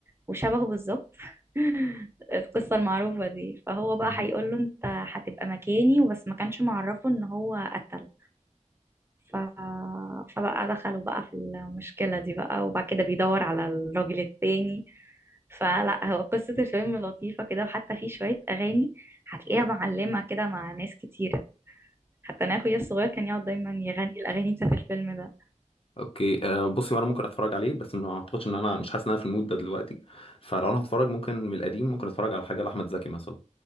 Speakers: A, on the right (about 20°); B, on the left (about 45°).
A: وشبهه بالظبط <laughs> القصة المعروفة دي فهو بقى
B: مهم.
A: هيقول له انت هتبقى مكاني وبس ما كانش معرفه ان هو قتل ف... فبقى دخلوا بقى في المشكلة دي بقى وبعد كده بيدور على الراجل التاني فلا هو قصة الفيلم لطيفة كده وحتى في شوية أغاني هتلاقيها معلمة كده مع ناس كتيرة حتى أنا أخويا الصغير كان يقعد دايما يغني الأغاني بتاعت الفيلم ده
B: اوكي آه، بصي وانا ممكن اتفرج عليه بس ما اعتقدش ان انا مش حاسس ان انا في المود ده دلوقتي فلو انا هتفرج ممكن من القديم ممكن اتفرج على حاجه لاحمد زكي مثلا